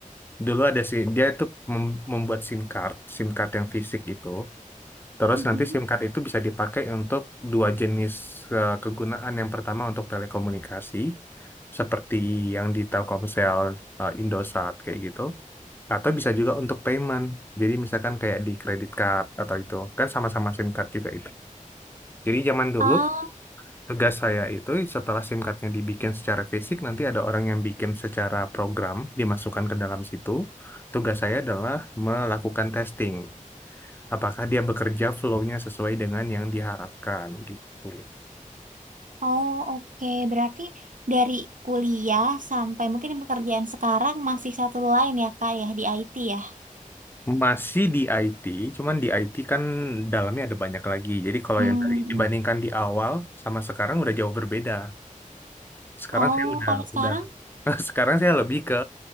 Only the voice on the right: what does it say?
Mhm.
Ah,
oh oke. Berarti dari kuliah sampai mungkin pekerjaan sekarang masih satu line ya Kak ya di IT ya.
mm
Oh,
kalau sekarang?